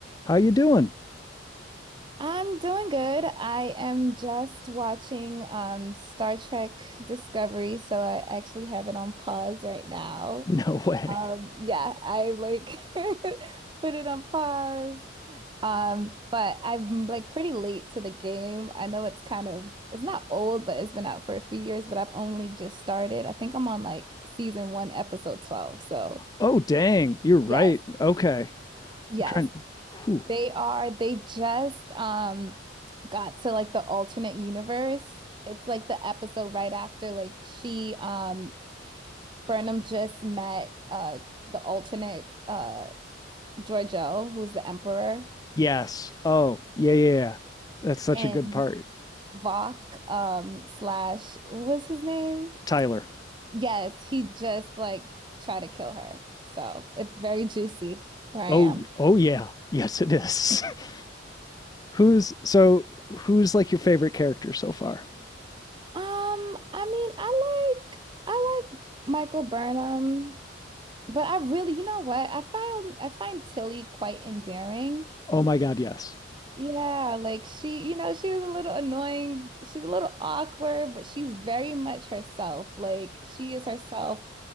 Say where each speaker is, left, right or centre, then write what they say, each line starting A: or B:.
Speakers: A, on the left; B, on the right.
A: How you doing? <laughs>
B: I'm doing good. I am just watching um, Star Trek Discovery, so I actually have it on pause right now.
A: No way.
B: Um, yeah, I like <laughs> put it on pause. Um, but I'm like pretty late to the game. I know it's kind of it's not old, but it's been out for a few years, but I've only just started. I think I'm on like season one, episode 12. So
A: Oh, dang. You're right.
B: yes,
A: Okay.
B: yes.
A: I'm trying. Whew.
B: They are, they just um got to like the alternate universe. It's like the episode right after like she um Burnham just met uh the alternate uh Giorgio, who's the emperor,
A: Yes. Oh, yeah, yeah, yeah. That's such
B: and
A: a good part.
B: Vok um slash what was his name?
A: Tyler.
B: Yes, he just like tried to kill her. So it's very juicy where I
A: Oh,
B: am.
A: y- oh yeah. Yes, it is. <laughs> who's so who's like your favorite character so far?
B: Um, I mean, I like I like Michael Burnham. But I really, you know what? I find I find Tilly quite endearing.
A: Oh my God, yes.
B: Yeah, like she, you know, she's a little annoying. She's a little awkward, but she's very much herself. Like she is herself